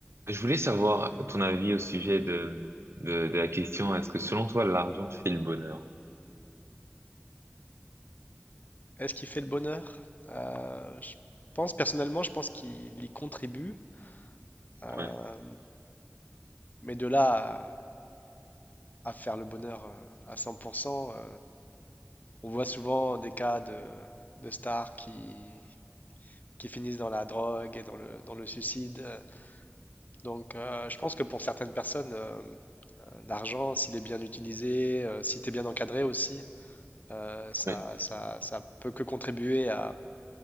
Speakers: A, on the right (about 70°); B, on the left (about 40°).
A: Je voulais savoir ton avis au sujet de, de, de la question, est-ce que selon toi, l'argent fait le bonheur?
B: Est-ce qu'il fait le bonheur? Euh, je pense, personnellement, je pense qu'il y contribue. euh,
A: Ouais,
B: mais de là à, à faire le bonheur euh, à 100%, euh, on voit souvent des cas de, de stars qui, qui finissent dans la drogue et dans le, dans le suicide. euh. Donc, euh, je pense que pour certaines personnes, euh, euh, l'argent, s'il est bien utilisé, euh, si tu es bien encadré aussi, euh, ça,
A: ouais,
B: ça, ça peut que contribuer à,